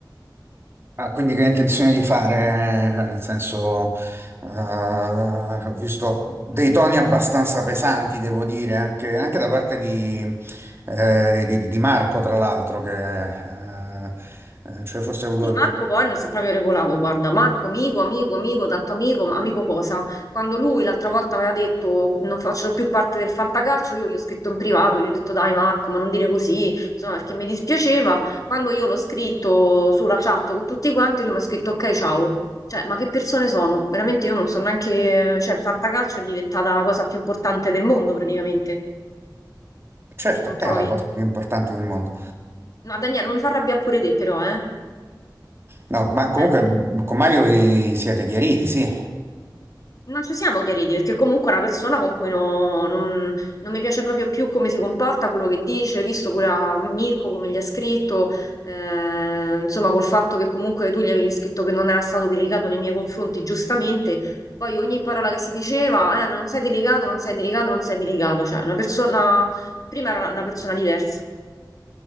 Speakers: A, on the right; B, on the left.
A: Ah, quindi che hai intenzione di fare? Cioè, nel senso, eh, ho visto dei toni abbastanza pesanti, devo dire, anche, anche da parte di, eh, di- di- di Marco, tra l'altro, che... eh, eh, cioè forse ha avuto
B: Sì, Marco poi non si è proprio regolato, guarda, Marco amico, amico, amico, tanto amico, ma amico cosa? Quando lui l'altra volta aveva detto non faccio più parte del fantacalcio, io gli ho scritto in privato, gli ho detto dai Marco, ma non dire così, insomma, perché mi dispiaceva. Quando io l'ho scritto sulla chat con tutti quanti, lui mi ha scritto ok, ciao. Cioè, ma che persone sono? Veramente io non so neanche, cioè il fantacalcio è diventata la cosa più importante del mondo praticamente,
A: Certo,
B: non trovi?
A: è la cosa più importante del mondo.
B: No, Daniele, non mi fa arrabbiare pure te però, eh?
A: No, ma comunque
B: Eh.
A: mh, con Mario vi siete chiariti, sì.
B: Non ci siamo chiariti perché comunque è una persona con cui no- non, non mi piace proprio più come si comporta, quello che dice, visto pure a Mirko come gli ha scritto, eh, insomma col fatto che comunque tu gli avevi scritto che non era stato delicato nei miei confronti, giustamente, poi ogni parola che si diceva, eh, non sei delicato, non sei delicato, non sei delicato, cioè una persona, prima era una, una persona diversa,